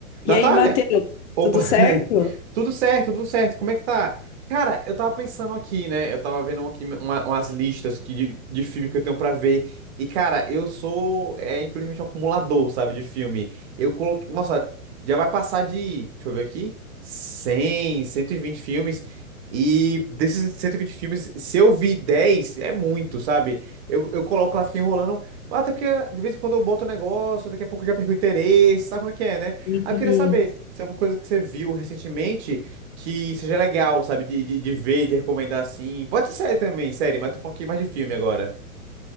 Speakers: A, on the right; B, on the left.
A: Natália!
B: E aí, Matheus,
A: Opa!
B: tudo
A: <laughs>
B: certo?
A: Tudo certo, tudo certo. Como é que tá? Cara, eu tava pensando aqui, né? Eu tava vendo aqui uma- umas listas que, de, de filme que eu tenho pra ver. E, cara, eu sou, é, infelizmente, um acumulador, sabe, de filme. Eu coloquei. Nossa, já vai passar de. Deixa eu ver aqui. cem, cento e vinte filmes. E desses 120 filmes, se eu vi 10, é muito, sabe? Eu, eu coloco lá, fico enrolando. Até porque de vez em quando eu boto o negócio, daqui a pouco eu já perco o interesse, sabe como é que é, né?
B: E,
A: Ah, eu queria saber se é alguma coisa que você viu recentemente que seja legal, sabe? De, de, de ver, de recomendar assim. Pode ser série também, série, mas eu tô falando aqui mais de filme agora.